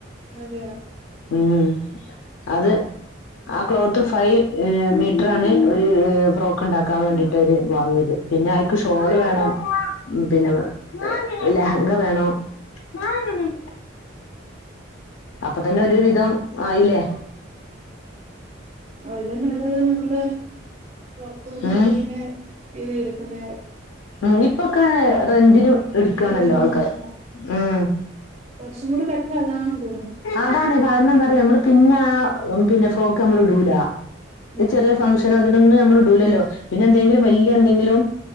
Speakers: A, on the right (about 30°); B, on the left (about 75°).
A: അതെയ
B: ഉം അത് ആ ക്ലോത്ത് ഫൈവ് മീറ്റർ ആണ് ഒരു ഫ്രോക്ക് ഉണ്ടാക്കാൻ വേണ്ടിട്ടവര് വാങ്ങിയത് പിന്നെ ഐക്ക് ഷോള് വേണം പിന്നെ ലഹങ്ക വേണം <unintelligible> അപ്പൊ തന്നെ ഒരു വിധം ആയില്ലേ..
A: <unintelligible> പുറത്തനിന്ന്
B: ഉം
A: എങ്ങനെ ഇത് എടുക്കുന്നെ?
B: ഉ ഇപ്പൊക്കെ റെന്റിന് എട്ക്കാണല്ലോ
A: റെന്റിന്
B: ആൾക്കാാര്
A: എടുക്കാം
B: ഉം
A: <unintelligible> തോന്നുന്നു
B: അതാണ് കാര്ണെന്തറിയോ മ്മള് പിന്നാ പിന്നെ ഫ്രോകമ്മള്ടുൂല ഈ
A: ഉം
B: ചെറിയ ഫംഗഷന ന്ന് മ്മള് ടൂലല്ലോ പിന്നെ എന്തെങ്കിലും വല്യന്തെങ്കിലും